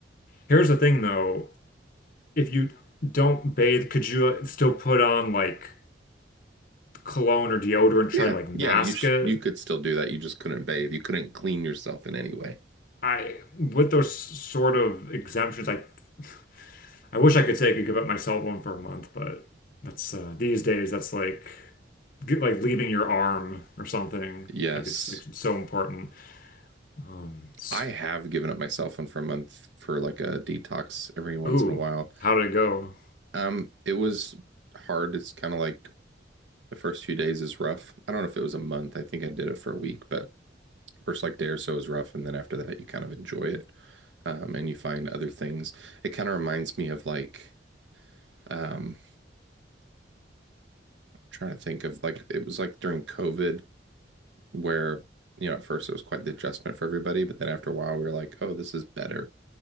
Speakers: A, on the left; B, on the right.
A: here's the thing though, if you don't bathe, could you uh, still put on like cologne or deodorant, try
B: Yeah.
A: to like mask
B: Yeah, you sh
A: it?
B: you could still do that. You just couldn't bathe. You couldn't clean yourself in any way.
A: I with those sort of exemptions, I <laughs> I wish I could say I could give up my cell phone for a month, but that's uh, these days that's like get, like leaving your arm or something.
B: Yes.
A: Like it's, like, it's so important. Um, s-
B: I have given up my cell phone for a month for like a detox every once
A: ooh,
B: in a while.
A: how did it go?
B: Um, it was hard. It's kind of like the first few days is rough. I don't know if it was a month. I think I did it for a week, but first like day or so is rough, and then after that you kind of enjoy it, um, and you find other things. It kind of reminds me of like um, trying to think of like it was like during COVID where you know at first it was quite the adjustment for everybody, but then after a while we were like, oh, this is better